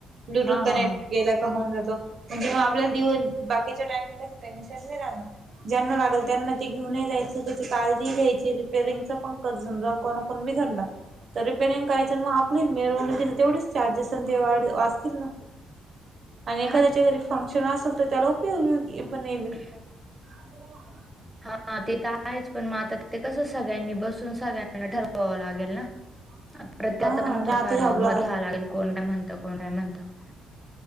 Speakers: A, on the right (about 50°); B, in the centre.
A: ब्लूटूथ
B: हा
A: कनेक्ट
B: हा हा
A: गेला का होऊन जातो म्हणजे मग आपल्याला दिवन बाकीच्या टायमिंगला टेन्शन नाही राहनार. ज्यांना लागेल त्यांना ते घेऊनही जायचं त्याची काळजी घ्यायची रिपेरिंगच पंकज फोण बिगडला. तर रिपेरिंग करायचं मग आपली मिरवणूक की च तर तेवढेच चार्जेस न ते वा वाचतील ना. आणि एखाद्याच्या
B: हा
A: घरी फंक्शन असेल तर त्याला उपयोगी पण येईल
B: ह <unintelligible>
A: <unintelligible>
B: हा ते तर आहेच पण मग आता तिथ कसं सगळ्यांनी बसून सगळ्यांना ठरवावं लागेल ना.
A: <unintelligible>
B: प्रत त्याचा
A: हा
B: पण
A: नाही
B: त
A: आता
B: फार
A: हे आपलं
B: मध्ये हवं लागेल कोण काय म्हणतं कोण काय म्हणत. <unintelligible>